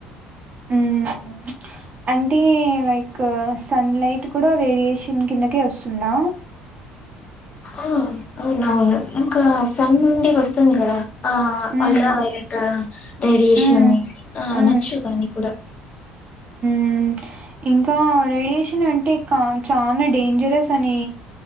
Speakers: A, on the right (about 40°); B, on the left (about 35°).
A: ఉమ్ అంటే లైక్ సన్ లైట్ కూడా రేడియేషన్ కిందకే వస్తుందా
B: ఆ అవునవును ఇంకా సన్ నుండి వస్తుంది గదా ఆ
A: um,
B: ultraviolet Radiation
A: um.
B: నేసి అనొచ్చు
A: ఊ ఊ
B: దాన్ని కూడా
A: ఉమ్ ఇంకా రేడియేషన్ అంటే క చాలా డేంజరస్ అని